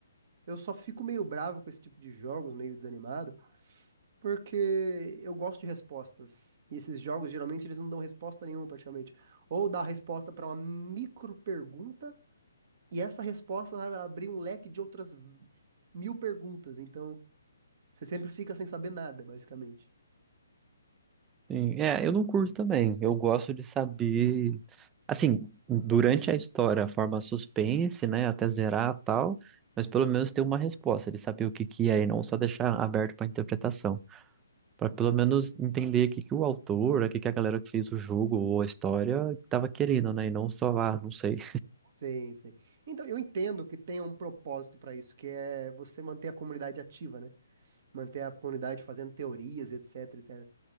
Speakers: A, on the right (about 45°); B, on the right (about 15°).
A: Eu só fico meio bravo com esse tipo de jogos, meio desanimado, porque eu gosto de respostas. E esses jogos, geralmente, eles não dão resposta nenhuma, praticamente. Ou dá resposta para uma micro pergunta, e essa resposta vai abrir um leque de outras mil perguntas. Então. Você sempre fica sem saber nada, basicamente.
B: Sim, é, eu não curto também. Eu gosto de saber, assim, durante a história, a forma suspense, né, até zerar e tal, mas pelo menos ter uma resposta, de saber o que que é e não só deixar aberto para interpretação, para pelo menos entender o que que o autor, o que que a galera que fez o jogo ou a história estava querendo, né, e não só, ah, não sei.
A: Sim, sim. Então, eu entendo que tem um propósito para isso, que é você manter a comunidade ativa, né? Manter a comunidade fazendo teorias, etc, etc.